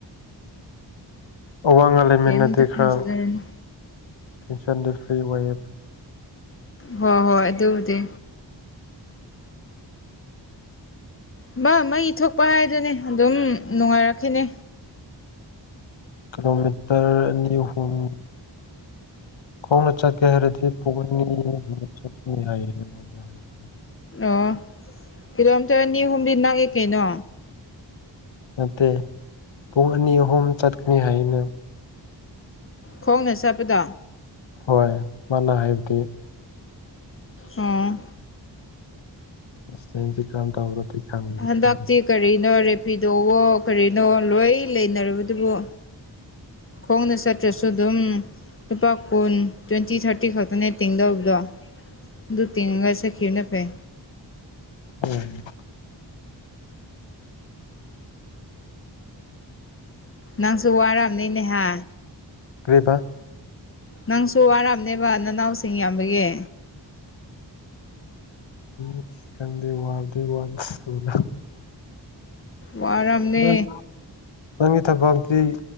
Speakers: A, on the left; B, on the left.
A: ꯑꯋꯥ ꯉ ꯂꯩꯃꯤꯟꯅꯗꯤ
B: ꯀꯩꯝꯇ
A: ꯈꯔ
B: ꯈꯟꯖꯤꯟꯅꯔꯨꯅꯨ
A: ꯇꯦꯟꯁꯟꯗꯤ ꯐ꯭ꯔꯤ ꯑꯣꯏꯌꯦꯕ
B: ꯍꯣꯏ ꯍꯣꯏ ꯑꯗꯨꯕꯨꯗꯤ ꯑꯃ ꯃꯩ ꯊꯣꯛꯄ ꯍꯥꯏꯗꯨꯅꯦ ꯑꯗꯨꯝ ꯅꯨꯡꯉꯥꯏꯔꯛꯈꯤꯅꯦ
A: ꯀꯤꯂꯣꯃꯤꯇꯔ ꯑꯅꯤ ꯑꯍꯨꯝ ꯈꯣꯡꯅ ꯆꯠꯀꯦ ꯍꯥꯏꯔꯗꯤ ꯄꯨꯡ ꯑꯅꯤꯒꯨꯝꯕ ꯆꯠꯀꯅꯤ ꯍꯥꯏꯌꯦꯅ ꯃꯥ ꯍꯥꯏꯔꯗꯤ
B: ꯑꯣ ꯀꯤꯂꯣꯃꯤꯇꯔ ꯑꯅꯤ ꯍꯨꯝꯗꯤ ꯅꯛꯏ ꯀꯩꯅꯣ
A: ꯅꯠꯇꯦ ꯄꯨꯡ ꯑꯅꯤ ꯑꯍꯨꯝ ꯆꯠꯀꯅꯤ ꯍꯥꯏꯌꯦꯅ
B: ꯈꯣꯡꯅ ꯆꯠꯄꯗꯣ
A: ꯍꯣꯏ ꯃꯥꯅ ꯍꯥꯏꯕꯗꯤ
B: <inaudible> ꯑꯣ
A: <unintelligible> ꯇꯕ꯭ꯔꯗꯤ ꯈꯪꯗꯤ
B: ꯍꯟꯗꯛꯇꯤ
A: ꯈꯪꯗꯦ
B: ꯀꯔꯤꯅꯣ ꯔꯦꯐꯤꯗꯣꯋꯣ ꯀꯔꯤꯅꯣ ꯂꯣꯏ ꯂꯩꯅꯔꯕꯗꯨꯕꯨ ꯈꯣꯡꯅ ꯆꯠꯇ꯭ꯔꯁꯨ ꯑꯗꯨꯝ ꯂꯨꯄꯥ ꯀꯨꯟ ꯇ꯭ꯋꯦꯟꯇꯤ ꯊꯥꯔꯇꯤ ꯈꯛꯇꯅꯦ ꯇꯦꯡꯗꯧꯕꯗꯣ ꯗꯨ ꯇꯤꯡꯉꯒ ꯆꯠꯈꯤꯕꯅ ꯐꯩ
A: ꯎꯝ
B: ꯅꯪꯁꯨ ꯋꯥꯔꯝꯅꯤꯅꯦꯍꯥ
A: ꯀ꯭ꯔꯤꯕ
B: ꯅꯪꯁꯨ ꯋꯥꯔꯝꯅꯦꯕ ꯅꯅꯥꯎꯁꯤꯡ ꯌꯥꯝꯕꯒꯤ
A: ꯏꯁ ꯈꯪꯗꯦ ꯋꯥꯕꯗꯤ ꯋꯥꯟꯁ ꯁꯨꯅ
B: ꯋꯥꯔꯝꯅꯤ
A: ꯅꯪ ꯅꯪꯒꯤ ꯊꯕꯛꯇꯤ